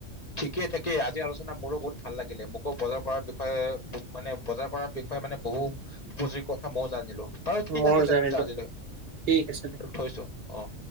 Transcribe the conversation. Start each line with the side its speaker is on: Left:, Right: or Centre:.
Left: ঠিকে থাকেই আজি আলোচনা মোৰো বহুত ভাল লাগিলে মোকো বজাৰ কৰাৰ বিষয়ে মানে বজাৰ কৰাৰ বি হয় মানে বহু উপযোগী কথা মইও জানিলো বাৰু ঠিক
Right: ময়ো
Left: আছে তেনেতে
Right: জানিলো
Left: আজিলৈ
Right: ঠিক আছে দে
Left: থৈছো অহ।